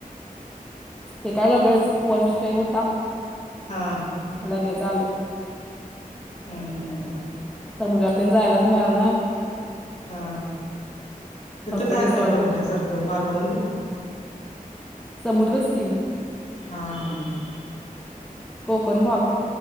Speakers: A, in the centre; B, on the left.
A: ते काय सगळच वन स्टे होता
B: हा
A: लगेच आलो
B: हम् ह हम
A: समुद्रात पण जायलाच मिळालं नाही
B: हा तिथं
A: फक्त
B: काय
A: रिसॉर्ट
B: आहे बघण्यासारखं
A: बुक
B: मालवणला
A: समुद्रच की
B: हा ह
A: कोकणभाग